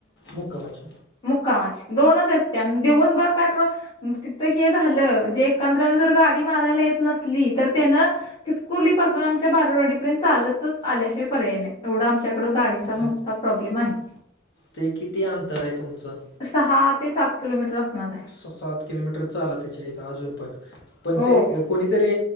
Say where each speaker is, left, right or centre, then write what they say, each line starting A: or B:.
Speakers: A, on the left (about 60°); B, on the left (about 25°).
A: मुक्कामाच
B: मुक्कामाची दोनच असते आणि दिवसभर काय प्र तिथं हे झालं जे कांद्र्याला जर गाडी मारायला येत नसली तर त्यान कुरलीपासून आमच्या बारारवाडीपर्यंत चालतच आल्याशिवाय पर्याय नाही. एवढा आमच्याकडं गाडींचा मोठा
A: आणि
B: प्रॉब्लेम आहे
A: ते किती अंतर ए तुमचं
B: सहा ते सात किलोमीटर असणार आहे.
A: स-सात किलोमीटर चालत यायचं अजून पण, पण
B: हो
A: ते कोणीतरी